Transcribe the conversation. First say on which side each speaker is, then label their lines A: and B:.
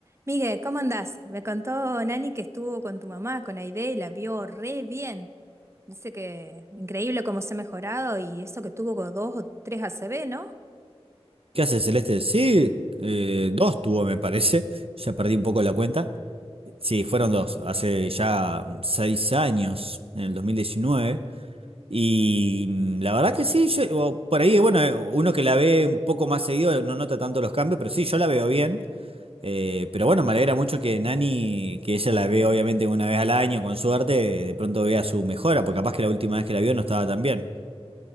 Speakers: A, on the right; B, on the right.
A: Miguel, ¿cómo andás? Me contó Nani que estuvo con tu mamá, con Aide, y la vio re bien. Dice que increíble cómo se ha mejorado y eso que tuvo con dos o tres ACV, ¿no?
B: ¿Qué hace Celeste? Sí, eh, dos tuvo, me parece. Ya perdí un poco la cuenta. Sí, fueron dos, hace ya mm, seis años, en el 2019. Y mm, la verdad que sí, yo- o por ahí, bueno, eh, uno que la ve un poco más seguido no nota tanto los cambios, pero sí, yo la veo bien. Eh, pero bueno, me alegra mucho que Nani, que ella la ve obviamente una vez al año, con suerte, de pronto vea su mejora, porque capaz que la última vez que la vio no estaba tan bien.